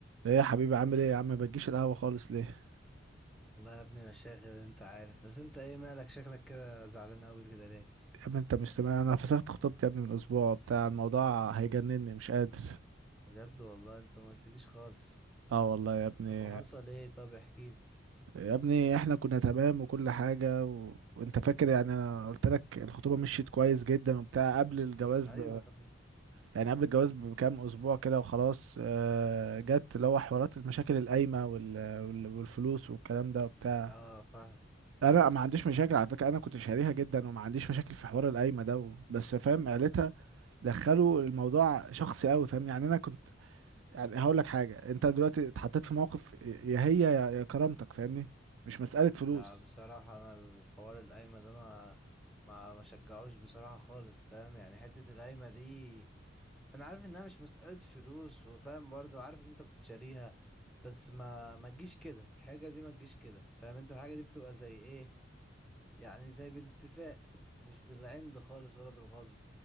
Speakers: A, on the right; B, in the centre.
A: ايه يا حبيبي عامل ايه يا عم ما بتجيش القهوة خالص ليه
B: والله يا ابني مشاغل انت عارف بس انت ايه مالك شكلك كده زعلان قوي كده ليه
A: يا ابني انت مش تمام انا فسخت خطوبتي يا ابني من اسبوع بتاع الموضوع هيجنني مش قادر
B: بجد والله انت ما قلتليش خالص
A: اه والله يا ابني
B: طب وحصل ايه طب احكي لي
A: يا ابني احنا كنا تمام وكل حاجة و... وانت فاكر يعني انا قلت لك الخطوبة مشيت كويس جدا وبتاع قبل الجواز
B: ايوه
A: ب...
B: يا ابني
A: يعني قبل الجواز بكام اسبوع كده وخلاص آه، جت اللي هو حوارات المشاكل القايمة وال... وال... والفلوس والكلام ده وبتاع
B: اه فاهم
A: انا ما عنديش مشاكل على فكرة انا كنت شاريها جدا وما عنديش مشاكل في حوار القايمة ده و... بس فاهم عيلتها دخلوا الموضوع شخصي قوي فاهم يعني انا كنت يعني هقول لك حاجه انت دلوقتي اتحطيت في موقف يا هي يا يا كرامتك فاهمني مش مساله فلوس
B: لا بصراحه انا الحوار القايمه ده انا ما ما شجعوش بصراحه خالص فاهم يعني حته القايمه دي انا عارف انها مش مساله فلوس وفاهم برضو عارف ان انت كنت شاريها بس ما ما تجيش كده الحاجه دي ما تجيش كده فاهم انت الحاجه دي بتبقى زي ايه يعني زي بالاتفاق مش بالعند خالص ولا بالغصب